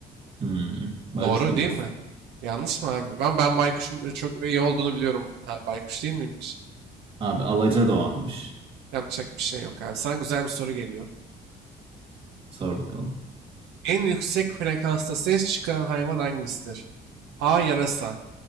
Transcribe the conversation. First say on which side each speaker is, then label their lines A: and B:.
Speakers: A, on the right; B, on the right.
A: Hmm, baykuş
B: Doğru
A: mu
B: değil
A: diyorsun?
B: mi? Yanlış mı abi? Ben, ben baykuşun böyle çok iyi olduğunu biliyorum. Ha, baykuş değil miymiş?
A: Abi Alacadoğan'mış.
B: Yapacak bir şey yok abi. Sana güzel bir soru geliyor.
A: Sor bakalım.
B: En yüksek frekansta ses çıkaran hayvan hangisidir? A. Yarasa